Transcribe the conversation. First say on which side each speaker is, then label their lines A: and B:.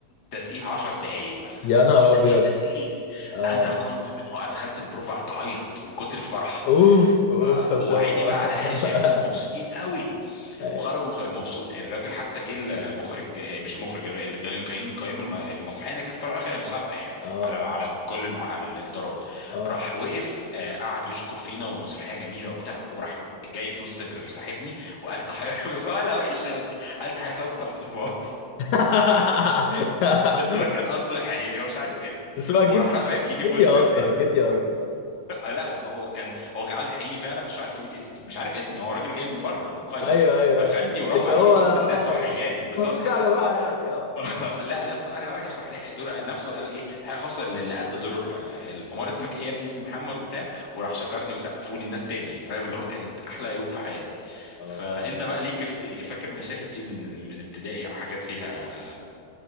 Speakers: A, on the left (about 30°); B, on the left (about 75°).
A: تسقيف 10 دقايق مثلا
B: يا نهار
A: تسقيف
B: ابيض
A: تسقيف
B: اه
A: انا كنت
B: اه
A: من هو انا دخلت البروف قعدت اعيط من كتر الفرحه
B: اوف اوف
A: ف-
B: ان
A: وعيني
B: شاء الله
A: بقى على
B: <laughs>
A: اهلي شايفهم مبسوطين قوي
B: ايوه
A: وخرجوا خ- مبسوط الراجل حتى جه المخرج آه، مش المخرج اللي جاي كان قايم الم- المسرحيه إن كانت في الاخر هي مسابقه يعني
B: اه
A: على على كل المه... على الادارات
B: اه
A: راح وقف آه، قعد يشكر فينا والمسرحيه جميله وبتاع وراح جاي في نص ال- صاحبني وقال تحيه <laughs> بس هو قالها وحش قوي قال تحيه خاصه للحمار
B: <laughs>
A: بس هو كان قصده يحييني هو مش عارف اسمي
B: بس هو اكيد
A: وراح رافع ايدي
B: اكيد
A: في وسط
B: يهزر
A: الناس
B: اكيد يهزر
A: <laughs> آه، لا هو كان هو كان عاوز يحييني فعلا بس مش عارف يقول اسمي مش عارف اسمي هو راجل جاي من بره مقيم
B: ايوه ايوه
A: فخدني
B: أيوة.
A: ورفع
B: اللي هو
A: ايدي في
B: اه
A: وسط الناس وحياني
B: يعني انتوا
A: بس
B: فاهمين
A: هو تحيه
B: بقى
A: خاصه
B: يا جماعه يعني اه
A: <laughs> لقى نفسه قالها وحش راح لحق دور نفسه قال ايه تحيه خاصه اللي قد دور ال- الحمار اسمك ايه يا ابني اسمي محمد وبتاع وراح شكرني وسقفوا لي الناس تاني فاهم اللي هو كانت احلى يوم في حياتي
B: اه
A: فانت
B: اه
A: بقى ليك فت- فاكر مشاهد ايه من من ابتدائي او حاجات فيها